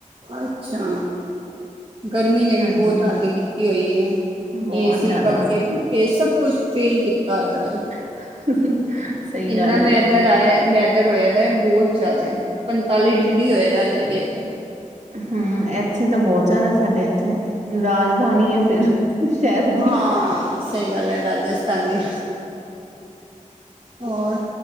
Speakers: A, on the right (about 40°); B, on the right (about 60°).
A: ਅੱਛਾ ਗਰਮੀ ਨੇ ਵੀ
B: ਹਾਂਜੀ,
A: ਬਹੁਤ ਹੱਦ ਕੀਤੀ ਹੋਈ ਹੈ।
B: ਬਹੁਤ
A: ਏ-ਸੀ,
B: ਜ਼ਿਆਦਾ
A: ਪੱਖੇ-ਭੁੱਖੇ ਸਭ ਕੁਛ ਫੇਲ ਕੀਤਾ ਹੋਇਆ ਏ
B: <inaudible>
A: ਇਨਾਂ
B: ਗੱਲ
A: ਮੇਦਰ
B: ਹੈ।
A: ਵੈਦਰ ਹੋਇਆ ਦਾ ਬਹੁਤ ਜ਼ਿਆਦਾ ਪੰਤਾਲੀ ਡਿਗਰੀ ਹੋਆ ਦਾ ਹਾਲੇ ਵੀ ਇੱਥੇ
B: ਹਮ ਇੱਥੇ ਤਾਂ ਬਹੁਤ ਜ਼ਿਆਦਾ ਸਾਡੇ ਇੱਥੇ ਰਾਜਧਾਨੀ ਹੈ। ਫਿਰ ਸ਼ਹਿਰ
A: ਹਾਂ
B: ਦੀ,
A: ਸਹੀ ਗੱਲ ਹੈ ਰਾਜਸਥਾਨ ਦੀ। ਹੋਰ